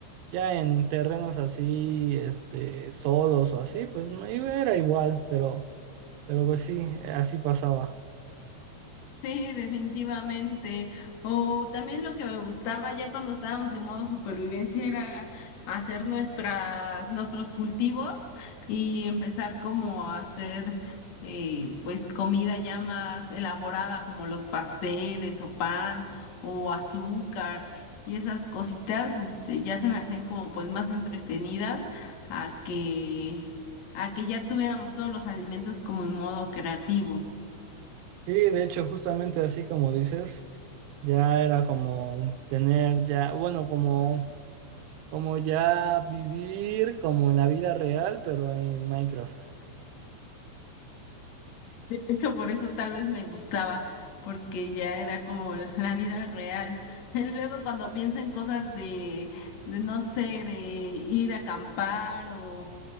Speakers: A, on the right; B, on the left.
A: Ya en terrenos así, este, solos o así, pues no era igual, pero, pero pues sí, así pasaba.
B: Sí, definitivamente. O también lo que me gustaba ya cuando estábamos en modo supervivencia era hacer nuestras, nuestros cultivos y empezar como a hacer eh, pues comida ya más elaborada como los pasteles o pan o azúcar y esas cositas, este, ya se me hacían como pues más entretenidas a que, a que ya tuviéramos todos los alimentos como en modo creativo.
A: Sí, de hecho, justamente así como dices, ya era como tener ya, bueno, como Como ya vivir como en la vida real, pero en Minecraft.
B: que por eso tal vez me gustaba, porque ya era como la vida real. <laughs> Luego cuando pienso en cosas de, de no sé, de ir a acampar o,